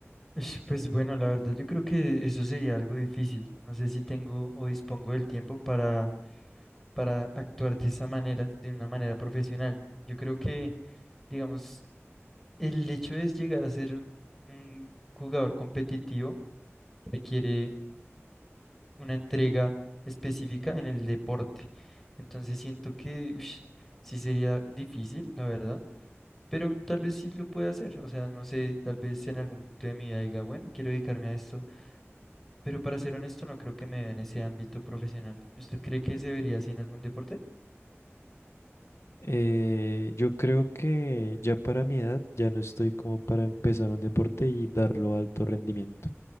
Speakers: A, in the centre; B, on the left.
A: Ush, Pues bueno, la verdad yo creo que eso sería algo difícil. No sé si tengo o dispongo del tiempo para, para actuar de esa manera, de una manera profesional. Yo creo que, digamos, el hecho de llegar a ser un jugador competitivo requiere una entrega específica en el deporte. Entonces siento que ush, sí sería difícil, la verdad, pero tal vez sí lo pueda hacer. O sea, no sé, tal vez en algún punto de mi vida diga, bueno, quiero dedicarme a esto Pero para ser honesto, no creo que me vea en ese ámbito profesional. ¿Usted cree que se vería así en algún deporte?
B: Eh, yo creo que ya para mi edad ya no estoy como para empezar un deporte y darlo a alto rendimiento,